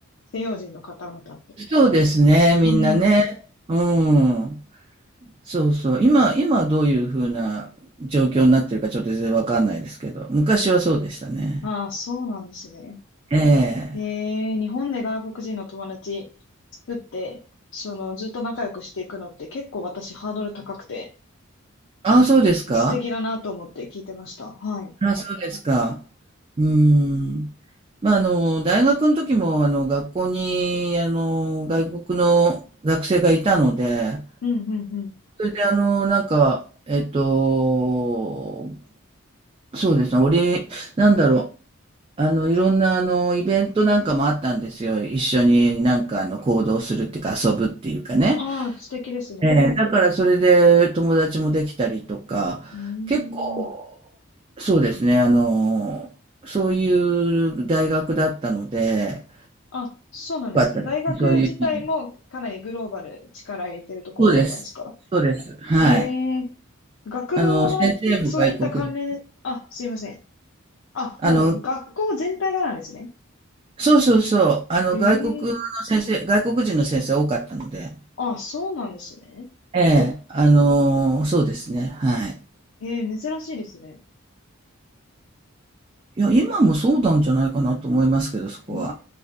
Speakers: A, on the left (about 70°); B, on the right (about 25°).
A: 西洋人の方々って。
B: そうですね、みんなね。
A: うん。
B: うん。そうそう。今、今どういうふうな状況になってるかちょっと全然わかんないですけど、昔はそうでしたね。
A: ああ、そうなんですね。
B: ええ。
A: えー、日本で外国人の友達作って、その、ずっと仲良くしていくのって結構私ハードル高くて、
B: ああ、そうですか
A: 素敵だなと思って聞いてました。はい。
B: あ、そうですか。うーん。まあ、あの、大学の時も、あの、学校に、あの、外国の学生がいたので、
A: うん、うん、うん。
B: それで、あの、なんか、えっと、そうですね、俺、なんだろう、あの、いろんな、あの、イベントなんかもあったんですよ。一緒になんか、あの、行動するっていうか、遊ぶっていうかね。
A: ああ、素敵ですね。
B: ええ、だからそれで友達もできたりとか、
A: うー
B: 結構、
A: ん。
B: そうですね、あの、そういう大学だったので、
A: あ、そうなんですね。
B: よかったですね、
A: 大学自体もかなりグローバル力入れてるところだったんですか
B: そういう意味で。そうです、そうです、はい。
A: ええ学部もな、
B: あの、先生も外国人、
A: そういった関連で、あ、すいません。あ、
B: あの、
A: もう学校全体がなんですね。
B: そうそうそう、あの、
A: ええ
B: 外国の先生、外国人の先生多かったので、
A: あ、そうなんですね。
B: ええ、あの、そうですね、はい。
A: ええ珍しいですね。
B: いや、今もそうなんじゃないかなと思いますけど、そこは。
A: うー